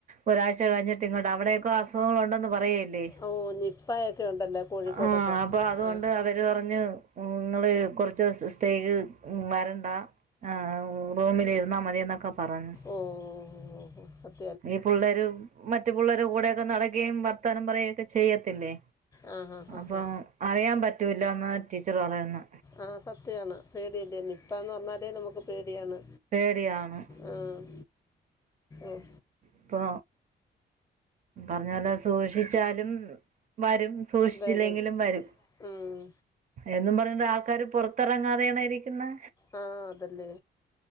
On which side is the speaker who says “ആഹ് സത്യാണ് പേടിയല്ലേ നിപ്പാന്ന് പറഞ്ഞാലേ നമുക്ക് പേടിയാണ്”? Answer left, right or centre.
Left